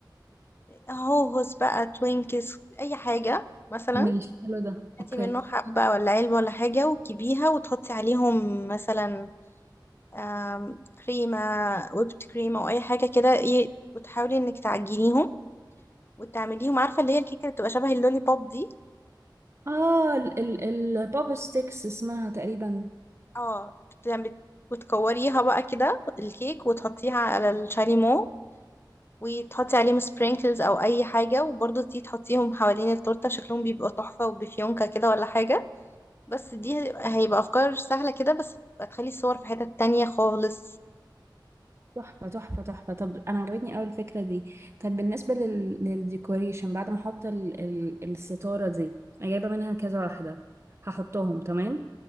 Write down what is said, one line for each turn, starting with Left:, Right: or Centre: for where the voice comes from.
Left: هوهوس بقى توينكس اي حاجة مثلا
Right: ماشي حلو ده اوكي
Left: هاتي منه حبة ولا علبة ولا حاجة وتجيبيها وتحطي عليهم مثلا آم، كريمة ويبت كريم او اي حاجة كده ايه وتحاولي انك تعجنيهم وتعمليهم عارفة اللي هي الكيكة اللي بتبقى شبه اللولي بوب دي
Right: اه ال ال البوب ستيكس اسمها تقريبا
Left: اه بت... بت... وتكوريها بقى كده الكيك وتحطيها على الشاليمو وتحطي عليهم سبرينكلز او اي حاجة وبرضه تيجي تحطيهم حوالين التورتة شكلهم بيبقى تحفة وبفيونكة كده ولا حاجة بس دي هيبقى هيبقى افكار سهله كده بس هتخلي الصور في حتت تانية خالص
Right: تحفة تحفة تحفة طب أنا عجبتني أوي الفكرة دي طب بالنسبة لل... للديكوريشن بعد ما أحط ال... ال... الستارة دي أنا جايبة منها كذا واحدة هحطهم تمام